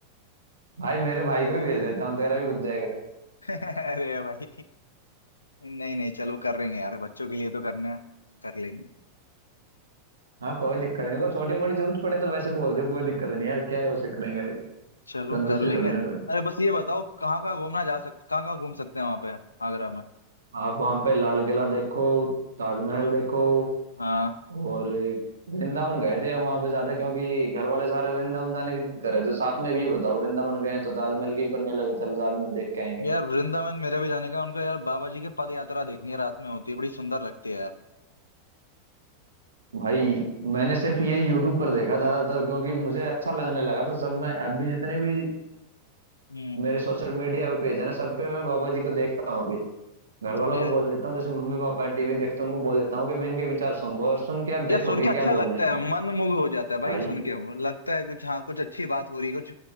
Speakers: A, on the right (about 70°); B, on the left (about 80°).
A: भाई मेरे भाई को ही भेज देता हूँ तेरा भी बच जाएगा
B: <laughs> अरे भाई नहीं नहीं चलो कर लेंगे यार बच्चों के लिए तो करना है कर लेंगे
A: हाँ कोई दिक्कत नहीं कोई छोटी मोटी जरूरत पड़े तो वैसे बोल दियो कोई दिक्कत नहीं यार क्या है उसे करेंगे
B: चलो
A: कंजूसी
B: कर लेंगे
A: थोड़ी ना पड़े
B: अरे बस ये बताओ कहाँ कहाँ घूमना जा सकते कहाँ कहाँ घूम सकते हैं वहां पे आगरा में
A: आप वहाँ पे लाल किला देखो ताजमहल
B: हाँ
A: देखो
B: हाँ
A: और वृंदावन गए थे हम वहाँ पे ज्यादा क्योंकि घर वाले सारे वृंदावन जाने की जिद कर रहे थे साथ में अब ये बताओ वृंदावन गए हैं तो ताजमहल की भी करने लगे चल ताजमहल देख के आएंगे
B: यार वृंदावन मेरे भी जाने का उनका यार बाबा जी की पद यात्रा देखनी है रात में होती है बड़ी सुंदर लगती है यार
A: भाई मैंने सिर्फ ये यूट्यूब पर देखा ज्यादातर क्योंकि मुझे अच्छा लगने लगा तो सब मैं अब भी जितने भी
B: हम्म
A: मेरे सोशल मीडिया पे पेज है ना सब पे मैं बाबा जी को देखता हूँ अभी घर वालों
B: अरे
A: को बोल देता हूँ जैसे मम्मी पापा टीवी देखते हैं उनको बोल देता हूँ कि मैं इनके विचार सुनूंगा और सुन के आप
B: यार
A: देखो
B: सुन
A: कि
B: के अच्छा
A: क्या
B: लगता
A: बोल रहे हैं ये
B: है मन मुग्ध हो जाता है भाई
A: भाई
B: ये सुन के वो लगता है कुछ हाँ कुछ अच्छी बात हो रही है कुछ